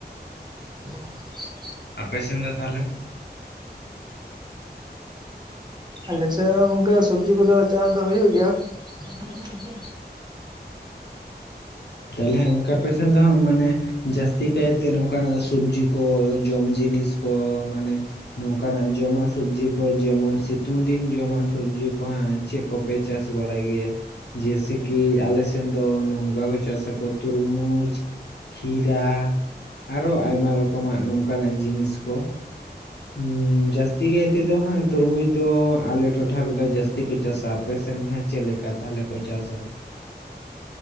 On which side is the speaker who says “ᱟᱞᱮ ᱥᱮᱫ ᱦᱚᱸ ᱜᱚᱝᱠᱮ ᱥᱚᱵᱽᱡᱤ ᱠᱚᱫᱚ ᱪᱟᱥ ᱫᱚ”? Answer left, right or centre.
Right